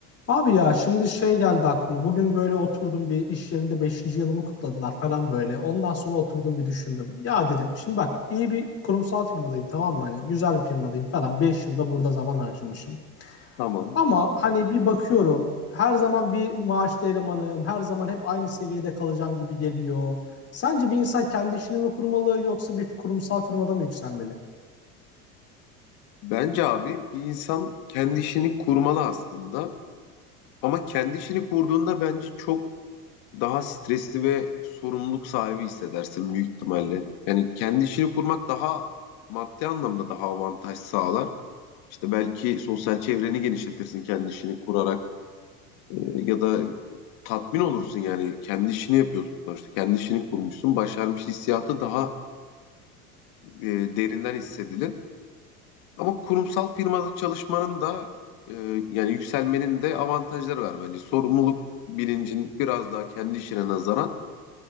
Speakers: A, on the left; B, on the left.
A: Abi ya şimdi şey geldi aklıma. Bugün böyle oturdum bir iş yerinde beşinci yılımı kutladılar falan böyle. Ondan sonra oturdum bir düşündüm. Ya dedim şimdi bak iyi bir kurumsal firmadayım tamam mı? Hani güzel bir firmadayım falan. beş yılda burada zaman harcamışım.
B: Tamam.
A: Ama hani bir bakıyorum her zaman bir maaşlı elemanım. Her zaman hep aynı seviyede kalacağım gibi geliyor. Sence bir insan kendi işini mi kurmalı yoksa bir kurumsal firmada mı yükselmeli?
B: Bence abi bir insan kendi işini kurmalı aslında. Ama kendi işini kurduğunda bence çok daha stresli ve sorumluluk sahibi hissedersin büyük ihtimalle. Yani kendi işini kurmak daha maddi anlamda daha avantaj sağlar. İşte belki sosyal çevreni genişletirsin kendi işini kurarak Ee, ya da tatmin olursun yani kendi işini yapıyorsun sonuçta kendi işini kurmuşsun başarmış hissiyatı daha e, derinden hissedilir. Ama kurumsal firmada çalışmanın da e, yani yükselmenin de avantajları var bence. Sorumluluk bilincin biraz daha kendi işine nazaran